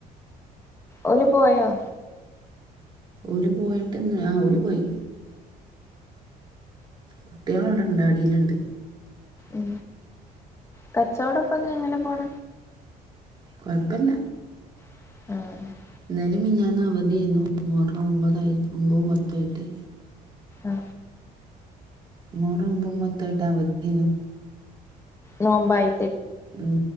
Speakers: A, on the left (about 15°); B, on the right (about 30°).
A: ഒരുര് പോയോ
B: ഓര് പോയിട്ട് ആ ഓര് പോയി കുട്ടികള അവിടണ്ട് അടിയിലുണ്ട്
A: ഉ കച്ചവടപ്പൊക്കെ എങ്ങനെ പോണ
B: കുഴപ്പില്ല
A: ഉഹ
B: നല മിഞ്ഞന്ന് അവധിയായിരുന്നു മുഹറം മ്പതായി മ്പോ പത്തായിട്ട്
A: ആഹ
B: മോറുമമ്പത്തായിട്ട അവദിയായിരുന്നു
A: നോമ്പയ്
B: ഉ